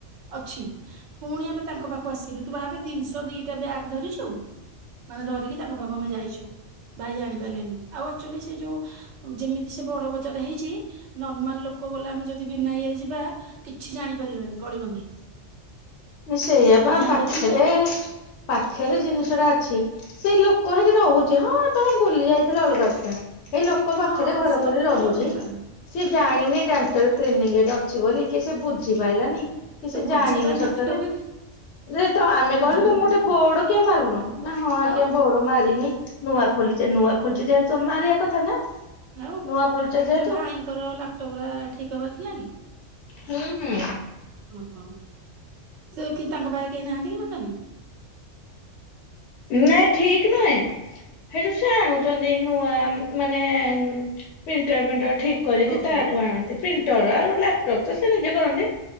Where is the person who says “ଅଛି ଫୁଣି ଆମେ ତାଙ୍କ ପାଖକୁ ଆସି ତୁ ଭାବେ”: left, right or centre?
Right